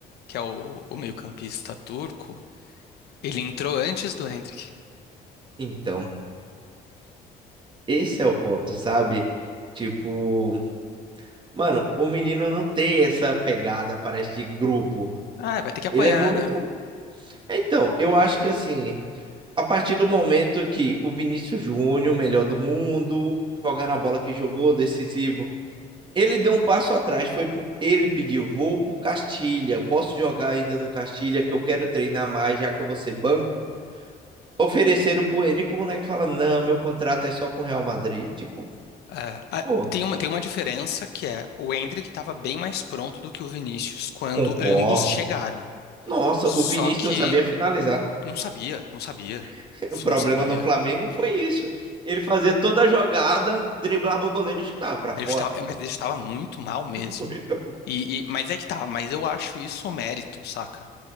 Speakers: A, on the left; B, on the right.
A: que é o, o meio-campista turco, ele entrou antes do Hendrick.
B: Então, esse é o ponto, sabe? Tipo, mano, o menino não tem essa pegada para este grupo.
A: Ah, vai ter que apanhar,
B: Ele é muito.
A: né?
B: Então, eu
A: Vai
B: acho
A: ter que apanhar.
B: que assim, a partir do momento que o Vinícius Júnior, melhor do mundo, jogando a bola que jogou, decisivo, ele deu um passo atrás, foi pro... ele pediu, vou pro Castilha, posso jogar ainda no Castilha que eu quero treinar mais, já que eu vou ser banco. ofereceram por ele que o moleque fala: Não, meu contrato é só com o Real Madrid. Tipo,
A: É, a-
B: pô,
A: tem uma, tem uma diferença que é o Hendrick estava bem mais pronto do que o Vinícius quando
B: concordo.
A: ambos chegaram.
B: Nossa,
A: Só
B: o Vinícius
A: que
B: não sabia finalizar.
A: Não sabia, não sabia,
B: <laughs> O problema
A: não sabia.
B: no Flamengo foi isso. Ele fazia toda a jogada, driblava o goleiro e chutava pra fora.
A: Ele estava, é, mas
B: Pô.
A: ele estava muito mal mesmo.
B: <laughs> Muito.
A: E, e- mas é que tá, mas eu acho isso um mérito, saca?